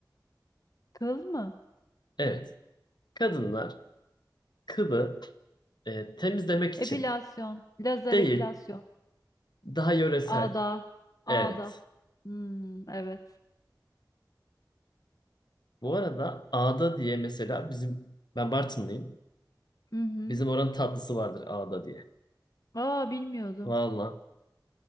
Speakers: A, on the left; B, on the left.
A: kıl mı?
B: Evet. Kadınlar kılı eee, temizlemek için
A: Epilasyon, lazer
B: değil.
A: epilasyon,
B: Daha yöresel.
A: ağda,
B: Evet.
A: ağda. Hmm, evet.
B: Bu arada ağda diye mesela bizim ben Bartınlıyım.
A: Hı hı.
B: Bizim oranın tatlısı vardır ağda diye.
A: Aa bilmiyordum.
B: Valla.